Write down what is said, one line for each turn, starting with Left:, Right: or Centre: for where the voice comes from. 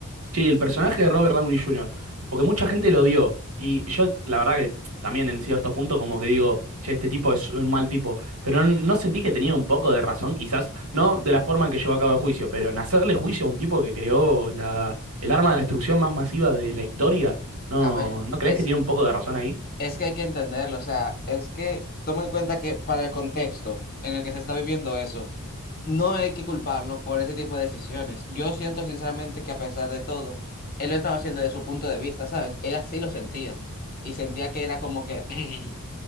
Right: Che, y el personaje de Robert Downey Jr., porque mucha gente lo odió, y yo la verdad que también en cierto punto como que digo, che, este tipo es un mal tipo, pero no, no sentí que tenía un poco de razón, quizás, no de la forma en que llevó a cabo el juicio, pero en hacerle juicio a un tipo que creó la, el arma de destrucción más masiva de la historia, ¿no,
Left: A ver,
Right: no crees
Left: es,
Right: que tiene un poco de razón ahí?
Left: es que hay que entenderlo, o sea, es que toma en cuenta que para el contexto en el que se está viviendo eso, No hay que culparlo por ese tipo de decisiones. Yo siento sinceramente que a pesar de todo, él lo estaba haciendo desde su punto de vista, ¿sabes? Él así lo sentía y sentía que era como que <clears throat>